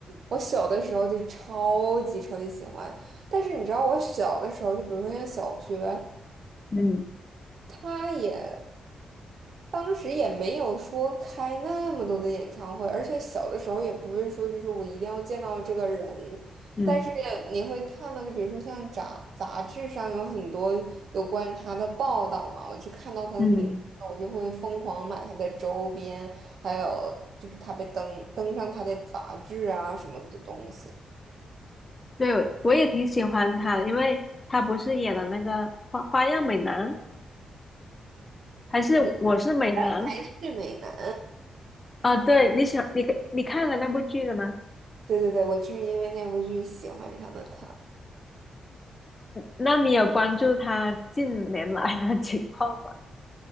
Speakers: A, on the right; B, on the left.
A: 我小的时候就是超级超级喜欢。但是你知道，我小的时候，就比如说像小学，
B: 嗯
A: 他也当时也没有说开那么多的演唱会，而且小的时候也不是说就是我一定要见到这个人，
B: 嗯
A: 但是你会看到，就比如说像杂杂志上有很多有关他的报道嘛，我就看到他的名字，
B: 嗯，
A: 我就会疯狂买他的周边，还有就是他被登登上他的杂志啊什么的东西。
B: 对，我也挺喜欢他的，因为他不是演了那个花花样美男，还是我是美男
A: 嗯，原来是美男，
B: 啊？对，你喜欢你你看了那部剧了吗？
A: 对对对，我就是因为那部剧喜欢上了他。
B: 那你有关注他近年来的 <laughs> 情况吗？